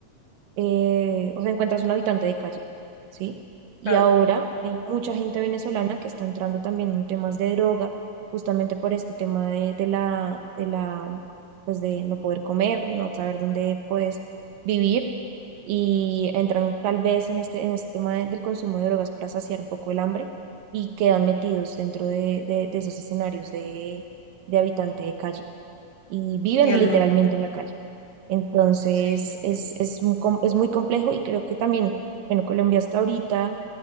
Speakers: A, on the right; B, on the left.
A: eh, o sea, encuentras un habitante de calle, ¿sí? Y
B: Claro,
A: ahora hay mucha gente venezolana que está entrando también en temas de droga, justamente por este tema de, de la, de la, pues de no poder comer, no saber dónde puedes vivir, y entran tal vez en este, en este tema de- del consumo de drogas para saciar un poco el hambre y quedan metidos dentro de, de, de esos escenarios de, de habitante de calle y viven
B: Entiendo,
A: literalmente en la calle. Entonces,
B: sí,
A: es, es, un com- es muy complejo y creo que también, bueno, Colombia hasta ahorita,